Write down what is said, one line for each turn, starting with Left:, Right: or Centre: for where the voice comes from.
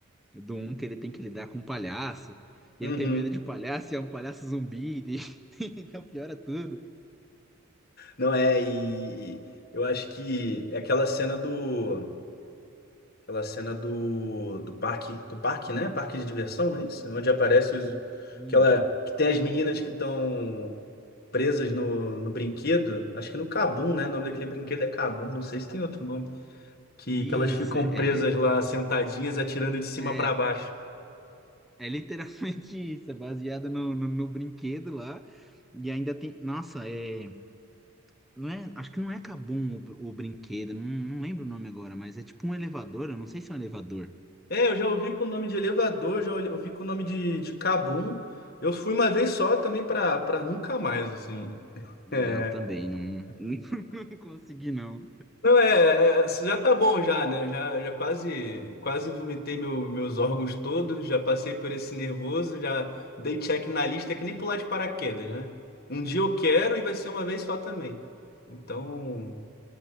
Centre: do um que ele tem que lidar com um palhaço, e
Left: Uhum.
Centre: ele tem medo de palhaço, e é um palhaço zumbi, <laughs> então piora tudo.
Left: Não é, e eu acho que é aquela cena do. Aquela cena do, do parque, do parque, né? Parque de diversão, não é isso? Onde aparece os,
Centre: Hum,
Left: aquela, que tem as meninas que estão presas no, no brinquedo. Acho que no Cabum, né? O nome daquele brinquedo é Cabum, não sei se tem outro nome. Que,
Centre: Isso,
Left: que elas ficam
Centre: é,
Left: presas
Centre: é,
Left: lá, sentadinhas, atirando de cima
Centre: é,
Left: para baixo.
Centre: É literalmente <laughs> isso, é baseada no, no, no brinquedo lá. E ainda tem. Nossa, é. Não é, acho que não é Kabum o, o brinquedo, não, não lembro o nome agora, mas é tipo um elevador, eu não sei se é um elevador.
Left: É, eu já ouvi com o nome de elevador, já ouvi com o nome de, de cabum. Eu fui uma vez só também pra, pra nunca mais, assim.
Centre: É,
Left: É,
Centre: eu também não, <laughs> não consegui, não.
Left: não é, é, já tá bom já, né? Já, já quase quase vomitei meu- meus órgãos todos, já passei por esse nervoso, já dei check na lista que nem pular de paraquedas, né? Um dia eu quero e vai ser uma vez só também. Então,